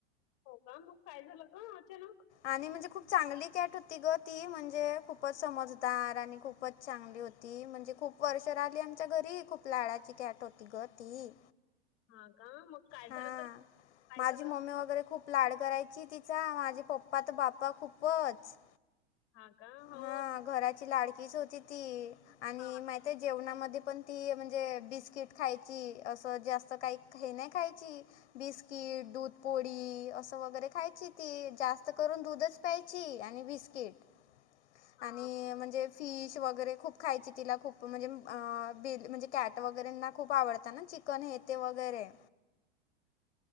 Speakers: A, on the left; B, on the left.
A: हो का मग काय झालं गं अचानक.
B: आणि म्हणजे खूप चांगली कॅट होती गं. ती म्हणजे खूपच समजदार आणि खूपच चांगली होती. ती म्हणजे खूप वर्ष राहिली. आमच्या घरी खूप लाडाची कॅट होती गं ती.
A: हा का मग. काय
B: हा
A: झालं तर काय
B: माझी
A: झालं
B: मम्मी वगैरे खूप. लाड करायची. तिचा माझे पप्पा तर बाप्पा खूपच.
A: हां का? हो.
B: हा घराची लाडकीच होती ती. आणि
A: हां,
B: माहितीये जेवणामध्ये पण ती म्हणजे बिस्किट खायची असं जास्त काही. हे नाही खायची. बिस्किट दूध पोळी असं वगैरे खायची ती जास्त करून दूधच. दूध प्यायची. आणि बिस्किट
A: हां,
B: आणि म्हणजे, फिश वगैरे खूप खायची. तिला खूप म्हणजे बिल म्हणजे कॅट वगैरेना खूप आवडत ना चिक चिकन हे ते वेगैरे.
A: <inaudible>